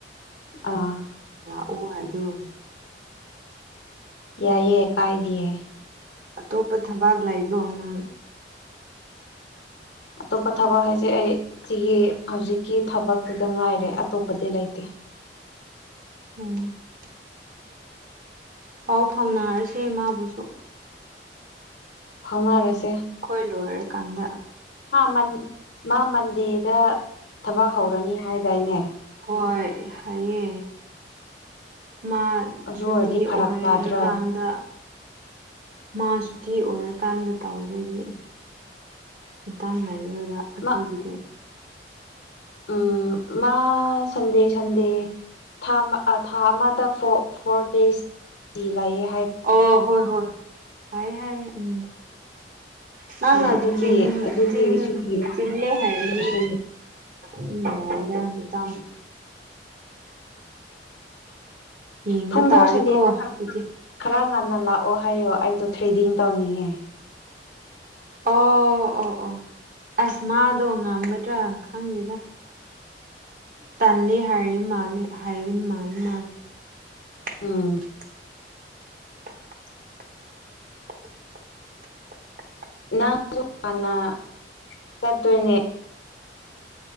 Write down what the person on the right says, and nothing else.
ꯑꯣ ꯑꯗꯣ
ꯑꯇꯣꯞꯄ ꯊꯕꯥꯛ ꯂꯩꯕ꯭ꯔꯣ ꯅꯪ
ꯎꯝ ꯄꯥꯎ ꯐꯥꯎꯅꯔꯁꯦ ꯃꯥꯕꯨꯁꯨ
ꯀꯣꯏ ꯂꯨ ꯀꯥꯟꯗ
ꯍꯣꯏ ꯍꯥꯏꯌꯦ ꯃꯥ
ꯁꯨꯇꯤ
ꯑꯣꯏꯔꯀꯥꯟꯗ
ꯃꯥ ꯁꯨꯇꯤ ꯑꯣꯏꯔꯀꯥꯟꯗ ꯇꯥꯎꯔꯣꯏꯅꯤ ꯃꯇꯥꯡ ꯥꯏꯔꯨꯔꯗ ꯑꯩꯈꯣꯏꯒꯤꯗꯤ
ꯑꯣ ꯍꯣꯏ ꯍꯣꯏ ꯍꯥꯏ ꯍꯥꯏ ꯎꯝ ꯅ
ꯆ ꯆꯤꯟ
ꯆꯤꯜꯂꯦ ꯍꯥꯏꯅꯤ
ꯎꯝ ꯑꯗꯨꯗ ꯌꯦꯡꯕ
ꯇꯥꯔꯦꯀꯣ
ꯑꯗꯨꯗꯤ
ꯑꯣ ꯑꯣ ꯑꯣ ꯑꯁ ꯃꯥꯗꯣ ꯉꯝꯒꯗ꯭ꯔꯥ ꯈꯪꯗꯦꯗ ꯇꯜꯂꯤꯦ ꯍ ꯃꯥꯜꯂꯤ ꯍꯩꯕꯤꯤꯟ ꯃꯥꯜꯂꯤ ꯃꯥꯕꯤ <inaudible>
<inaudible>